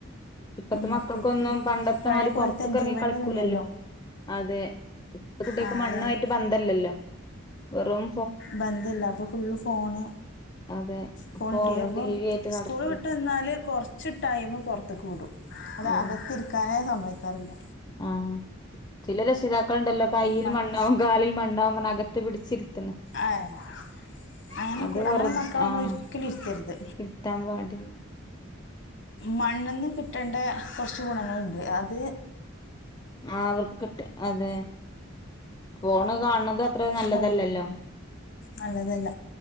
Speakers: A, on the left; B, on the left.
A: ഇപ്പത്തെ
B: മക്കൾക്ക്
A: മക്കൾക്കൊന്നും പണ്ടത്തെമാരി
B: പഴയ പോലത്തെ
A: പുറത്തിക്ക്
B: എൻജോയ്മെന്റ്
A: ഇറങ്ങി കളിക്കുള്ളല്ലോ
B: ഒന്നും ഇല്ലല്ലോ
A: അതെ ഇപ്പോത്തെ കുട്ടികൾക്ക്
B: ആ
A: മണ്ണ്
B: അതാണ്
A: ആയിട്ട് ബന്ധംമില്ലല്ലോ റൂം
B: ബന്ധയില്ല അപ്പോൾ ഫുൾള്ള് ഫോണ്,
A: അതെ
B: ഫോണ്
A: ഫോണും
B: ടീവിയാ അപ്പം
A: ടി വി ആയിട്ട് നടക്ക
B: സ്കൂൾ വിട്ടുവാന്നാല് കുറച്ചു ടൈം പുറത്തിക്ക് വിടും അത്
A: ഓ
B: അകതിരിക്കാനെ സമ്മതിക്കാറില്ല.
A: ആഹ് ചില രക്ഷിതാ - ക്കൾ ഉണ്ടല്ലോ കൈയിൽ
B: മക്ക
A: മണ്ണാകും കാലിൽ മണ്ണാകും എന്ന് പറഞ്ഞു അകത്ത് - പിടിച്ചിരിത്തി
B: ആഹ് അങ്ങനെ
A: അത്
B: കു
A: വെറു
B: അങ്ങനെ മക്കളെനമ്മള്
A: ആഹ്
B: ഒരിക്കലും ഇരുത്തരുത്
A: ഇരുത്താൻ പാടില്ല
B: മണ്ണിന്ന് കിട്ട് - ട്ടേണ്ടേ കുറച്ച് ഗുണങ്ങളിണ്ട് അത് -
A: ആഹ് അവർക്കിട്ട് അതെ ഫോണ് കാൺണാതാ അത്ര നല്ലതല്ലല്ലോ,
B: ഫോ നല്ലതല്ല